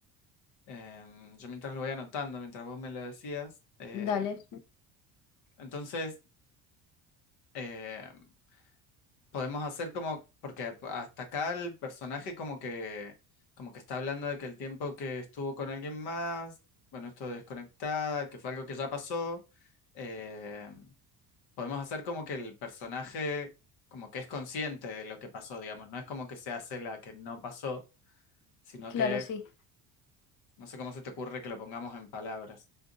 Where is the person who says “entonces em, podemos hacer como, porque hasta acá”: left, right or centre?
Left